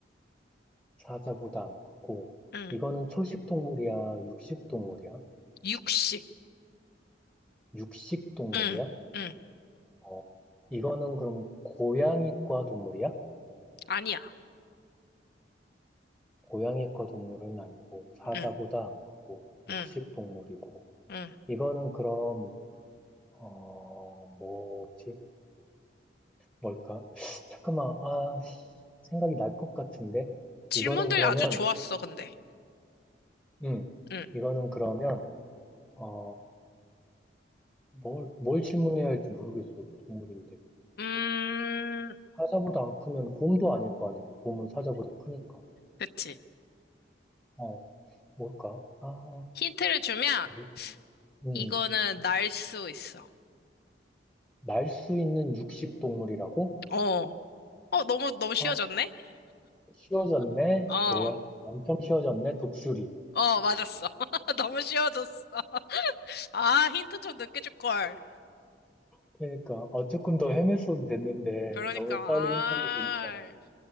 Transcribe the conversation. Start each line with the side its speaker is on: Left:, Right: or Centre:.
Centre: 사자보다 안 크고.
Left: 응.
Centre: 이거는 초식 동물이야? 육식 동물이야?
Left: 육식.
Centre: 육식 동물이야?
Left: 응. 응.
Centre: 어, 이거는 그럼 고양이과 동물이야?
Left: 아니야.
Centre: 고양이과 동물은 아니고 사자보다
Left: 응.
Centre: 안 크고
Left: 응.
Centre: 육식 동물이고
Left: 응.
Centre: 이거는 그럼 어 뭐지? 뭘까? <sniffs> 잠깐만 아 씨, 생각이 날 것 같은데
Left: 질문들
Centre: 이거는 그러면
Left: 아주 좋았어, 근데.
Centre: 음
Left: 응.
Centre: 이거는 그러면 어뭘 뭘뭘 질문해야 할지 모르겠어 동물인데
Left: 음,
Centre: 사자보다 안 크면 곰도 아닐 거 아니야 곰은 사자보다 크니까
Left: 그치.
Centre: 어 뭘까? 아
Left: 힌트를 주면,
Centre: 아리 음
Left: 이거는 날 수 있어.
Centre: 날 수 있는 육식 동물이라고?
Left: 어. 어, 너무, 너무 쉬워졌네?
Centre: 아, 쉬워졌네?
Left: 어.
Centre: 그래, 엄청 쉬워졌네? 독수리.
Left: 어, 맞았어. <laughs> 너무 쉬워졌어. 아, 힌트 좀 늦게 줄걸.
Centre: 그러니까, 어, 조금 더 헤맸어도 됐는데,
Left: 그러니까,
Centre: 너무
Left: 아.
Centre: 빨리 힌트를 주는 가라